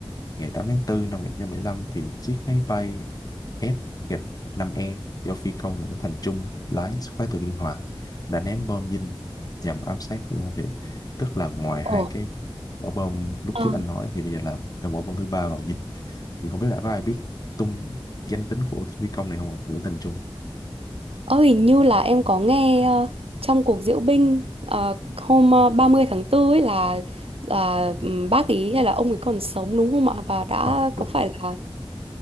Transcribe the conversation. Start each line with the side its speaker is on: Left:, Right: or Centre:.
Left: ngày 8 tháng 4 năm 1975 thì chiếc máy bay F-5E do phi công Nguyễn Thành Trung lái xuất phát từ Biên Hòa đã ném bom dinh nhằm ám sát Nguyễn Văn Thiệu. Tức là ngoài
Right: Ồ,
Left: hai cái quả bom lúc
Right: ờ,
Left: trước anh nói thì bây giờ là thêm quả bom thứ ba vào dinh. Thì không biết là có ai biết tung danh tính của phi công này không ạ? Nguyễn Thành Trung.
Right: ờ, hình như là em có nghe ờ, trong cuộc diễu binh ờ, hôm ờ, 30 tháng 4 ấy là là ừm, bác ý hay là ông ấy còn sống đúng không ạ? Và đã
Left: Ờ, đúng.
Right: có phải là